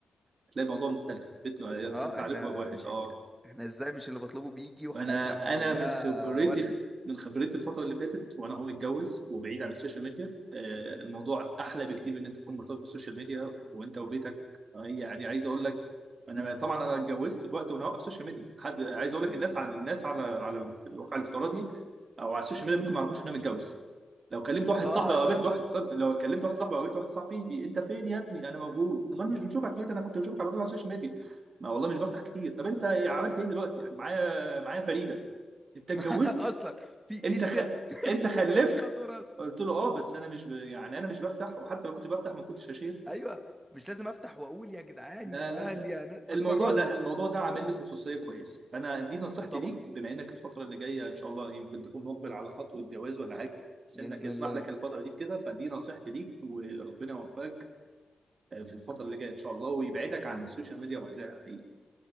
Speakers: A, on the right; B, on the right.
A: هتلاقي الموضوع مختلف بيت يقفل
B: اه
A: عليكم
B: احنا
A: باب واحد
B: مش
A: اه
B: ح... احنا ازاي مش اللي بطلبه بيجي وحياتنا
A: فانا
B: مش كلها
A: انا من خبرتي
B: وردي
A: من خبرتي الفتره اللي فاتت وانا هو متجوز وبعيد عن السوشيال ميديا آه، الموضوع احلى بكتير ان انت تكون مرتبط بالسوشيال ميديا وانت وبيتك آه، يعني عايز اقول لك انا طبعا انا اتجوزت في وقت وانا واقف سوشيال ميديا حد عايز اقول
B: مم.
A: لك الناس على الناس على على الواقع الافتراضي او على السوشيال ميديا ممكن ما يعرفوش ان انا متجوز لو كلمت واحد
B: اه
A: صاحبي
B: انت
A: او قابلت
B: ما...
A: واحد صاحبي لو كلمت واحد صاحبي او قابلت واحد صاحبي بي- انت فين يا ابني انا موجود امال مش بنشوفك ليه ده انا كنت بشوفك على طول على السوشيال ميديا ما والله مش بفتح كتير طب انت إيه، عملت ايه دلوقتي يعني معايا معايا فريده انت اتجوزت
B: <laughs> اصلا في في
A: انت
B: ستيب
A: خ... انت
B: <laughs>
A: خلفت
B: في خطوة راس
A: قلت له اه بس انا مش ب... يعني انا مش بفتح وحتى لو كنت بفتح ما كنتش هشير
B: ايوه مش لازم افتح واقول يا جدعان
A: لا
B: يا
A: لا
B: اهل يا ناس بتفرجوا
A: الموضوع ده الموضوع ده عامل لي خصوصيه كويسه فانا دي نصيحتي
B: طبعا
A: ليك بما انك الفتره اللي جايه ان شاء الله يمكن تكون مقبل على خطوه جواز ولا حاجه سنك
B: بإذن
A: يسمح
B: الله
A: لك الفتره دي في كده فدي نصيحتي ليك وربنا يوفقك في الفتره اللي جايه ان شاء الله ويبعدك عن السوشيال ميديا وهذا حقيقي